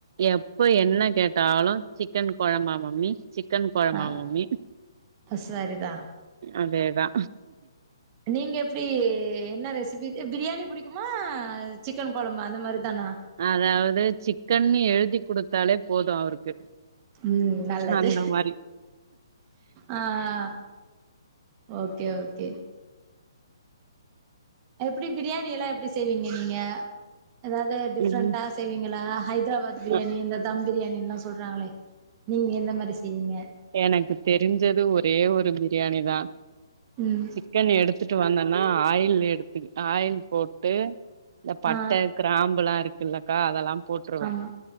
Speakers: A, on the right (about 50°); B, on the right (about 30°).
A: எப்ப என்ன கேட்டாலு சிக்கன் கொழம்பா மம்மி சிக்கன் கொழம்பா
B: ஆ
A: மம்மி
B: சரிதா
A: அதே தா
B: நீங்க எப்டி என்ன ரெசிபி பிரியாணி புடி க்குமா சிக்கன் கொழம்பு அந்த மாரி தானா
A: அதாவது சிக்கன்னு எழுதி குடுத்தாலே போது அவருக்கு
B: ம் நல்லது
A: அந்த மாரி
B: ஆ ஆ ஓகே ஓகே எப்டி பிரியாணி எல்லா எப்டி செய்வீங்க நீங்க ஏதாது டிஃப்ரெடா
A: ம்
B: செய்வீங்களா ஹைதராபாத் பிரியாணி
A: அ
B: இந்த தம் பிரியாணின் எல்லா சொல்றாங்களே நீங்க எந்த மாதிரி செய்வீங்க
A: எனக்கு தெரிஞ்சது ஒரே ஒரு பிரியாணி தா
B: ம்
A: சிக்கன் எடுத்துட்டு வந்தோன்னா ஆயில் எடுத்து ஆயில் போட்டு இந்த பட்டை
B: ஆ
A: கிராம்புல்லா இருக்குல்லக்கா அதெல்லா போட்டுருவே
B: ஆமா